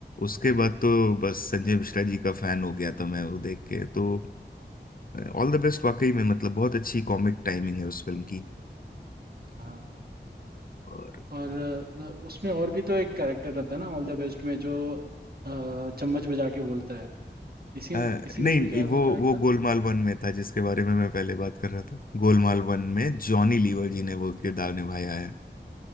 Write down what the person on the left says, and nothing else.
उसके बाद तो बस संजय मिश्रा जी का फैन हो गया था मैं वो देख के तो ऑल द बेस्ट वाकई में मतलब बहुत अच्छी कॉमिक टाइमिंग है उस फिल्म की
और
अ,
नहीं
वो
वो गोलमाल वन में था जिसके बारे में मैं पहले बात कर रहा था गोलमाल वन में जॉनी लीवर जी ने वो किरदार निभाया है